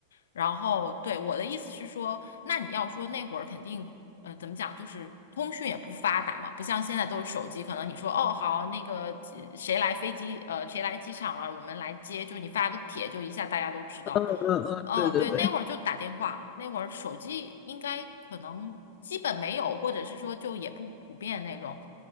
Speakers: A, on the left; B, on the left.
A: 然后对我的意思是说，那你要说那会儿肯定呃，怎么讲，就是通讯也不发达嘛，不像现在都是手机，可能你说哦好，那个几谁来飞机，呃，谁来机场了，我们来接，就你发个帖，就一下大家都知道。
B: 嗯嗯嗯，
A: 嗯，
B: 对对对，
A: 对，那会儿就打电话，那会儿手机应该可能基本没有，或者是说就也不普遍那种，